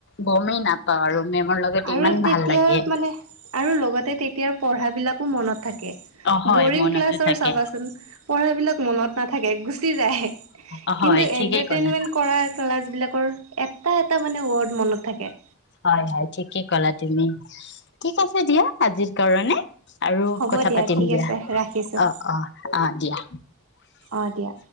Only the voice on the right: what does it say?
আৰু
তেতিয়াৰ
মানে আৰু লগতে তেতিয়াৰ পঢ়াবিলাকো মনত থাকে
বৰিং
ক্লাছৰ
চাবাচোন পঢ়াবিলাক মনত নাথাকে গুচি যায় কিন্তু
এণ্টাৰটেইনমেণ্ট
কৰা ক্লাছবিলাকৰ এটা এটা মানে ৱৰ্ড মনত থাকে।
হ'ব
ঠিক
আছে ৰাখিছোঁ
অ' দিয়া।